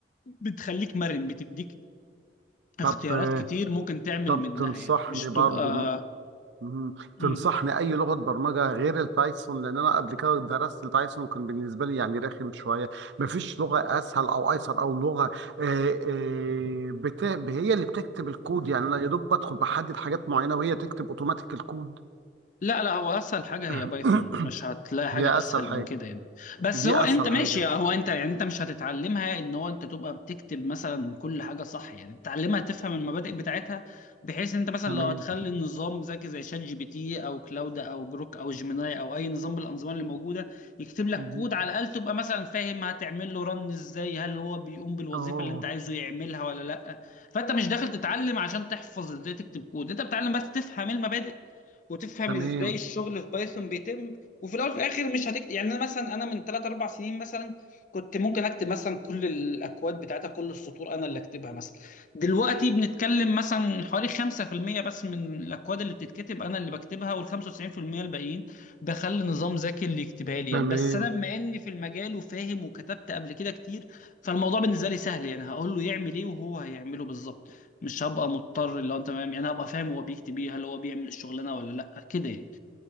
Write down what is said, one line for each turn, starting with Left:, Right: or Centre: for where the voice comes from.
Left: بتخليك مرن بتديك اختيارات
Right: طب آه،
Left: كتير ممكن تعمل
Right: طب
Left: منها
Right: تنصحني
Left: يعني مش
Right: برضو
Left: بتبقى
Right: مم.
Left: مم.
Right: تنصحني اي لغه برمجه غير البايثون لان انا قبل كده درست البايثون وكان بالنسبه لي يعني رخم شويه مفيش لغه اسهل او ايسر او لغه آه، آه، بت... هي اللي بتكتب الكود يعني انا يا دوب بدخل بحدد حاجات معينه وهي تكتب اوتوماتيك الكود
Left: لا لا هو اسهل حاجه هي
Right: <clears throat>
Left: بايثون مش هتلاقي حاجه
Right: هي
Left: اسهل
Right: اسهل حاجه
Left: من كده يعني بس
Right: دي
Left: هو انت
Right: اسهل
Left: ماشي
Right: حاجه
Left: هو انت يعني انت مش هتتعلمها ان هو انت تبقى بتكتب مثلا كل حاجه صح يعني تتعلمها تفهم المبادئ بتاعتها بحيث انت مثلا
Right: تمام
Left: لو هتخلي النظام ذكي زي شات جي بي تي او كلاود او جروك او جيميناي او اي نظام من الانظمه اللي موجوده يكتب لك
Right: مم.
Left: كود على الاقل تبقى مثلا فاهم هتعمل له رن ازاي هل هو بيقوم بالوظيفه
Right: اه آه.
Left: اللي انت عايزه يعملها ولا لا فانت مش داخل تتعلم عشان تحفظ ازاي تكتب كود انت بتتعلم بس تفهم المبادئ وتفهم
Right: تمام
Left: ازاي الشغل في بايثون بيتم وفي الاول وفي الاخر مش هتكتب يعني انا مثلا انا من 3 4 سنين مثلا كنت ممكن اكتب مثلا كل الاكواد بتاعتها كل السطور انا اللي اكتبها مثلا دلوقتي بنتكلم مثلا حوالي 5% بس من الاكواد اللي بتتكتب انا اللي بكتبها وال 95% الباقيين بخلي نظام ذكي اللي يكتبها لي
Right: تمام
Left: يعني بس انا بما اني في المجال وفاهم وكتبت قبل كده كتير فالموضوع بالنسبه لي سهل يعني هقول له يعمل ايه وهو هيعمله بالظبط مش هبقى مضطر اللي هو انت تمام يعني هبقى فاهم هو بيكتب ايه هل هو بيعمل الشغلانه ولا لا كده يعني